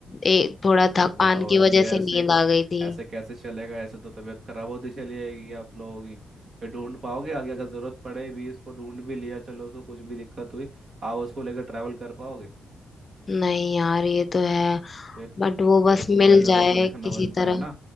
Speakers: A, on the left; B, on the right.
A: ए, थोड़ा
B: तो
A: थकान
B: अब बताओ
A: की
B: अब
A: वजह
B: ये
A: से
B: ऐसे
A: नींद आ गई थी
B: ऐसे कैसे चलेगा ऐसे तो तबीयत खराब होती चली जाएगी आप लोगों की फिर ढूंढ पाओगे आगे अगर जरूरत पड़े भी इसको ढूंढ भी लिया चलो उसको कुछ भी दिक्कत हुई आप उसको लेकर ट्रैवल कर पाओगे
A: नहीं यार ये तो है
B: फिर
A: बट वो बस
B: फिर अपना
A: मिल
B: धंधा
A: जाए
B: देखना देखना
A: किसी
B: बनता
A: तरह
B: है ना